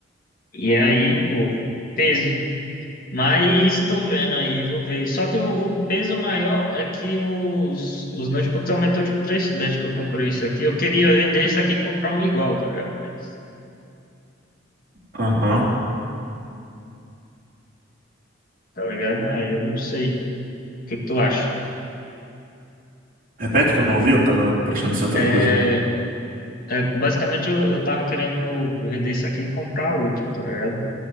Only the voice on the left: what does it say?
E aí, pô, peso. Mas tô vendo aí, vou ver. Só que o, o peso maior é que os, os notebooks aumentou de preço desde que eu comprei isso aqui. Eu queria vender isso aqui e comprar um igual, tá ligado? Mas,
tá ligado? Aí eu não sei. O que que tu acha?
É,
é, basicamente, eu, eu tava querendo vender isso aqui e comprar outro, tá ligado?